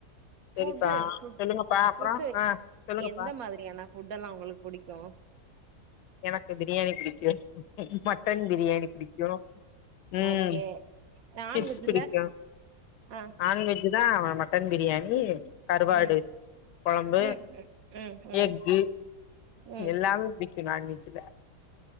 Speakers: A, on the left; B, on the right.
A: சரிப்பா
B: ஃபுட்டு ஃபுட்
A: சொல்லுங்கப்பா அப்பற
B: ஃபுட்டு
A: ஆ சொல்லுங்கப்பா
B: எந்த மாதிரியான ஃபுட் எல்லா உங்களுக்கு புடிக்கு
A: எனக்கு பிரியாணி பிடிக்கு மட்டன் பிரியாணி பிடிக்கு ம்
B: ஓகே நான்வெஜ்ல
A: ஃபிஸ் பிடிக்கு
B: ஆ
A: நான்வெஜ் தா மட்டன் பிரியணி கருவாடு
B: ம்
A: கொழம்பு
B: ம் ம் ம் ம்
A: எக்கு
B: ம்
A: எல்லாமே பிடி க்கு நான்வெஜ்ல